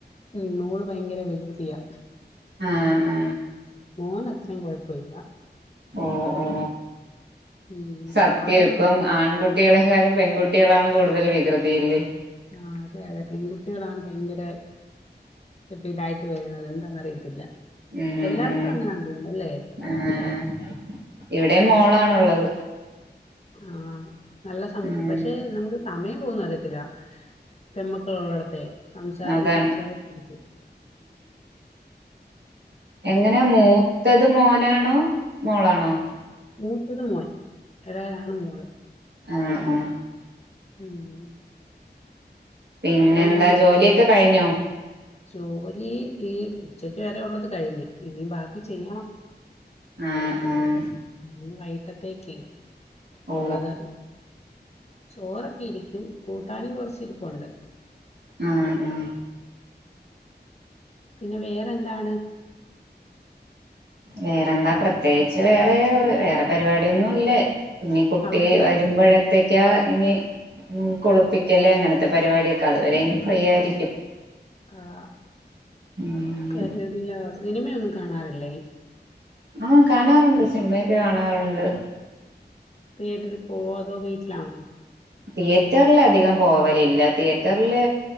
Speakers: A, on the left; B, on the right.
A: ഉ ഓള് ഭയങ്കര വികൃതിയാ.
B: ആ ഹേ
A: മോന് അത്ര കുഴപ്പമില്ല.
B: ഓ ഓ
A: ഉം
B: സത്യം
A: അവിടെയോ
B: ഇപ്പം ആൺകു കുട്ടികളെക്കായിം പെൺകുട്ടികളാണ് കൂടുതൽ വികൃതിയില്ലേ?
A: ആ അതെ അതെ പെൺകുട്ടികളാണ് ഭയങ്കര ഇപ്പ ഇതായിട്ട് വരുന്നത് എന്താന്ന്റിയ. ത്തില്ല
B: ഉം
A: എല്ലായിടത്തും
B: ഉം
A: അങ്ങനെ തോനുന്നല്ലേ?
B: ആഹ് ഇവിടെ മോളാണുള്ളത്.
A: ആ നല്ല സം
B: ഉം
A: പക്ഷെ നമുക്ക് സമയം പോകന്ന അറിയത്തില്ല പെമ്മ ളടത്തെ സംസാരിച്ച്
B: അതാണ്
A: സംസാരിച്ചിരിക്കു.
B: എങ്ങനെയ മൂത്തത് മോനാണോ മോളാണോ?
A: മൂത്തത് മോൻ എളേതാണ് മോള്.
B: ആഹ ആഹ.
A: ഉം.
B: പിന്നെന്താ
A: അപ്പൊ ഇങ്ങനെ
B: ജോലിയൊക്കെ കഴിഞ്ഞോ?
A: ജോലി ഈ ഉച്ചക്ക് വരെ ഉള്ളത് കഴിഞ്ഞു ഇനി ബാക്കി ചെയ്യണം.
B: ആഹ് ആഹ്
A: ഉ വൈഗിട്ടത്തേക്ക്.
B: ഓ
A: ഉള്ളത് ചോറൊക്കെ ഇരിക്കും. കൂട്ടാനും കുറച് ഇരിപ്പുണ്ട്.
B: ആ ഉം
A: പിന്നെ വേറെ എന്താണ്?
B: വേറെന്താ പ്രത്യേകിച്ച് വേറെ വേറെ പരിപാടിയൊന്നു ഇല്ലേ. പിന്നെ കുട്ടി
A: അവിടുത്തെ
B: വരുമ്പോഴത്തേ ഇനി ഉ കുളിപ്പിക്കല് അങ്ങനത്തെ പരിപാടൊക്കെ അതുവരെ ഇനി ഫ്രീ ആയിരിക്കും.
A: ആഹല്ല
B: ഉം
A: സിനിമയൊന്നും കാണാറില്ലേ?
B: ആഹ കാണാറുണ്ട് സിനിമയൊക്കെ കാണാറുണ്ട്.
A: തിയേറ്ററിൽ പോവോ അതോ വീട്ടിലാണോ.
B: തിയേറ്ററൽ അധികം പോവലില്ല തിയേറ്ററില്